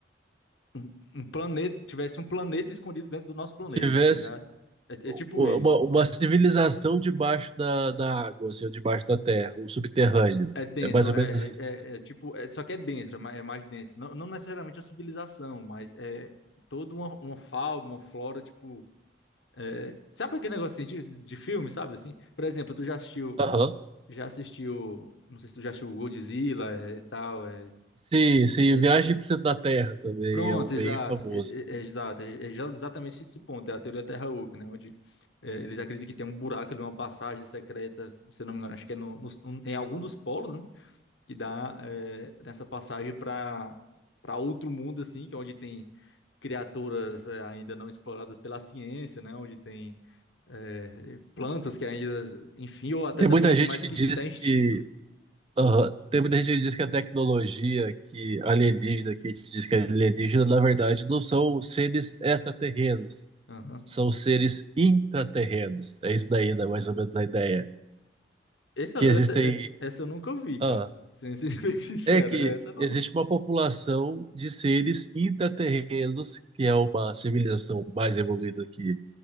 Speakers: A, on the left (about 80°); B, on the right (about 30°).
A: um um planeta, tivesse um planeta escondido dentro do nosso planeta,
B: Se tivesse
A: tá ligado? É,
B: u-
A: é tipo
B: u-
A: isso.
B: uma, uma civilização debaixo da, da água, assim, ou debaixo da terra, o subterrâneo.
A: É dentro,
B: É mais ou
A: é,
B: menos isso.
A: é,
B: então.
A: é- é tipo, é- só que é dentro, é mais, é mais dentro. Não, não necessariamente a civilização, mas é toda uma, uma fauna, uma flora, tipo. é, sabe aquele negocinho de, de filme, sabe assim? Por exemplo, tu já assistiu,
B: Aham.
A: já assistiu, não sei se tu já assistiu Godzilla é, e tal. é,
B: Sim, sim,
A: aí
B: Viagem
A: eu-
B: para o Centro da Terra também
A: pronto,
B: é um bem
A: exato,
B: famoso.
A: e- e- é, exato, é, é já exatamente esse ponto, é a teoria da Terra Oca, né? Onde é, eles acreditam que tem um buraco ali, uma passagem secreta, se eu não me engano, acho que é no, no- em algum dos polos, né? que dá é, nessa passagem para para outro mundo assim, que é onde tem criaturas é, ainda não exploradas pela ciência, né? Onde tem é, plantas que ainda, enfim, ou até
B: Tem
A: também
B: muita
A: animais
B: gente que
A: que
B: diz
A: que tá extinto.
B: que aham, tem muita gente que diz que a tecnologia que alienígena, que a gente diz que é alienígena, na verdade, não são seres extraterrenos,
A: Aham.
B: são seres intraterrenos. É isso daí, né, mais ou menos a ideia.
A: Essa,
B: Que
A: essa,
B: existem,
A: essa, essa eu nunca vi,
B: ah,
A: cara. Sendo sin- <laughs> bem sincero,
B: é que
A: essa é nova.
B: existe uma população de seres intraterrenos, que é uma civilização mais evoluída que